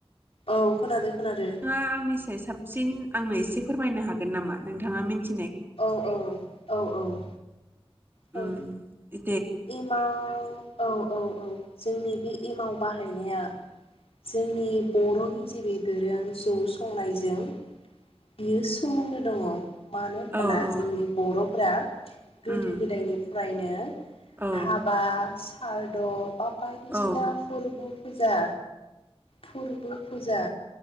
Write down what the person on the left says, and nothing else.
औ खोनादो खोनादो।
औ औ औ औ। औ
एमाव औ औ औ जोंनि बे एमाव बाहाय गनाया जोंनि बर'नि जे बे दोरों जौ संनायजों बियो सोमोन्दो दङ। मानो होनबोला
जोंनि बर'फोरा गोदो
गोदायनि फ्रायनो।
हाबा आर ओ ब बा बायदिसिना
फोरबु फुजा। फोरबो फुजा